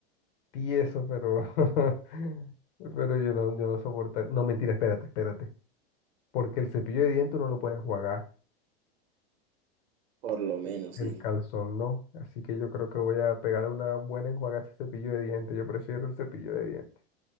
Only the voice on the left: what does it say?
tieso, pero, <laughs> pero yo no, yo no soportar. No, mentira, espérate, espérate. Porque el cepillo de dientes uno lo puede enjuagar.
El
calzón no, así que yo creo que voy a pegar una buena enjuagada a ese cepillo de dientes. Yo prefiero el cepillo de dientes,